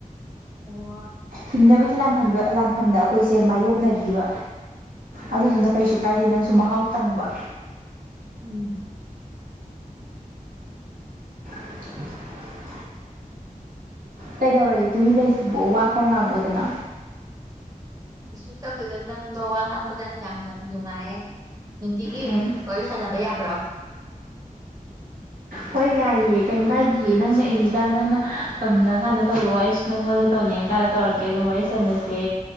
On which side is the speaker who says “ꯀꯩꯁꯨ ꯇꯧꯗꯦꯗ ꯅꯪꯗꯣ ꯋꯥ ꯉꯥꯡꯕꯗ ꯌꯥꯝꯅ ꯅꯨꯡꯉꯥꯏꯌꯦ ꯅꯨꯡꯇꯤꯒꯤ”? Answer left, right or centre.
Right